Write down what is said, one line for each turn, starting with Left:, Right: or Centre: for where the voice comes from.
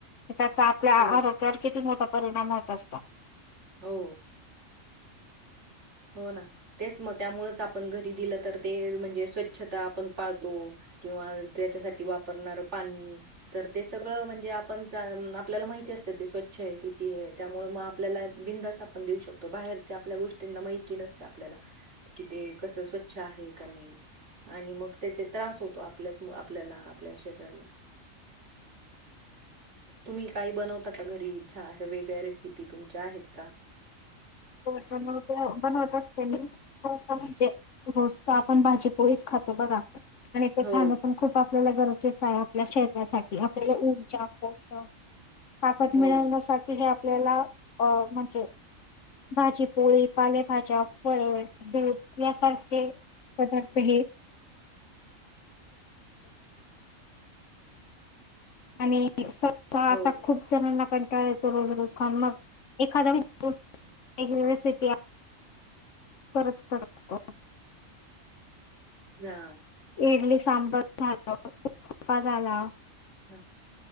Left: त्याचा. आपल्या
Right: हो.
Left: आरोग्यावर किती मोठा परिणाम होत असतो.
Right: हो. हो ना तेच मग त्यामुच आपण घरी दिलं तर ते म्हणजे स्वच्छता आपण पाळतो किंवा त्याच्यासाठी वापरणार पाणी तर ते सगळं म्हणजे आपण आपल्याला माहिती ि असत ते स्वच्छ आहे किती आहे त्यामुळे मग आपल्याला बिंदास आपण देऊ शकतो बाहेरच्या आपल्या गोष्टींना माहि नते आपल्याला कि ते कस स्वच्छ आहे का नाही आणि मग त्याचे त्रास होतो आपल्याच आपल्याला आपल्या शरीजऱला
Left: <unintelligible>
Right: तुम्ही काही बनवता का घरी छान अशा वेगळ्या रेसिपी तुमच्या आहेत का
Left: हो बनवत बनवता अस म्हणजे रोजता आपण भाजी पोळीच खातो बघा आणि ते
Right: हो,
Left: खाणं पण खूप आपल्याला गरजेचं आहे आपल्या शरीरासाठी आपल्याला ऊर्जा पोषण ताकद
Right: हो,
Left: मिळवण्यासाठी हे आपल्याला अ म्हणजे भाजीपोळी पालेभाज्या फळ दूध यासारखे पदारप हे आणि आता
Right: हो.
Left: खूप जणांना कंटाळा येतो रोज रोज खन मग एखादा युनिव्हर्सिटी परत असतो
Right: ना
Left: इडली सांबर झालाफा झाला
Right: ह